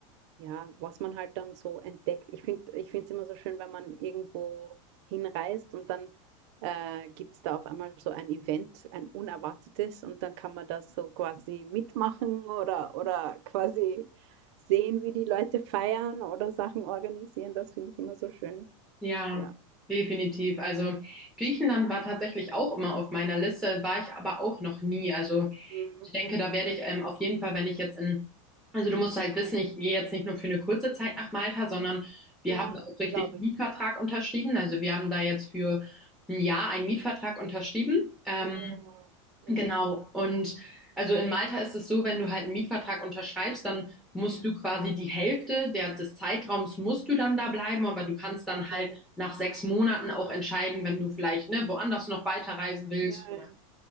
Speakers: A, on the right (about 55°); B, in the centre.
A: ja, was man halt dann so entdeckt. Ich finde, ich finde es immer so schön, wenn man irgendwo hinreist und dann äh, gibt es da auf einmal so ein Event, ein unerwartetes und dann kann man das so quasi mitmachen oder, oder quasi sehen, wie die Leute feiern oder Sachen organisieren. Das finde ich immer so schön.
B: ja,
A: Ja.
B: definitiv. Also Griechenland war tatsächlich auch immer auf meiner Liste, war ich aber auch noch nie. Also
A: Mhm.
B: ich denke, da werde ich ähm, auf jeden Fall, wenn ich jetzt in, also du musst halt wissen, ich gehe jetzt nicht nur für eine kurze Zeit nach Malta, sondern wir
A: Ja,
B: haben da auch richtig
A: glaube
B: einen Mietvertrag
A: ich.
B: unterschrieben. Also wir haben da jetzt für ein Jahr einen Mietvertrag unterschrieben. Ähm,
A: Oh, ja,
B: Genau. Und also in Malta ist es so, wenn du halt einen Mietvertrag unterschreibst, dann musst
A: ja,
B: du quasi die Hälfte der, des Zeitraums musst du dann da bleiben, aber du kannst dann
A: okay.
B: halt nach sechs Monaten auch entscheiden, wenn du vielleicht, ne, woanders noch weiterreisen willst
A: Ja,
B: oder
A: ja,